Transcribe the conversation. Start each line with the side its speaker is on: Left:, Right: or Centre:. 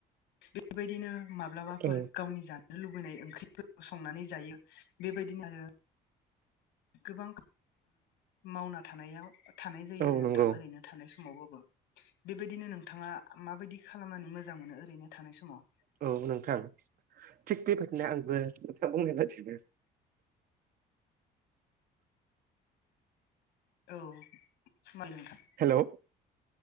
Left: बेबायदिनो माब्लाबाफोर
Right: औ
Left: गावनि जानाय लुबैनाय ओंख्रिफोरखौ संनानै जायो बेबायदिनो आरो गोबां मावना थानायाव थानाय जायो
Right: औ
Left: आरो
Right: नंगौ
Left: नोंथां ओरैनो थानाय समावबाबो बेबायदिनो नोंथाङा माबायदि खालामनानै मोजां मोनो ओरैनो थानाय समाव?
Right: औ नोंथां थिग बेबायादिनो आंबो नोंथाङ बुंनाय बायदिनो
Left: औ समै नोंथां
Right: हेलौ